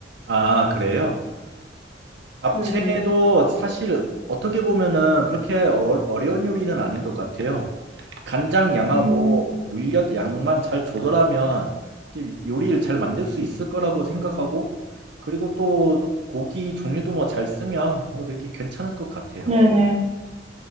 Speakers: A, on the right; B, on the right.
A: 아, 그래요? 잡채도
B: 네네.
A: 사실 어떻게 보면은 그렇게 어- 어려운 요리는 아닌 것 같아요. 간장 양하고
B: 음,
A: 물엿 양만 잘 조절하면 이게 요리를 잘 만들 수 있을 거라고 생각하고 그리고 또 고기 종류도 뭐 잘 쓰면 뭐 되게 괜찮을 것 같아요.
B: 네네.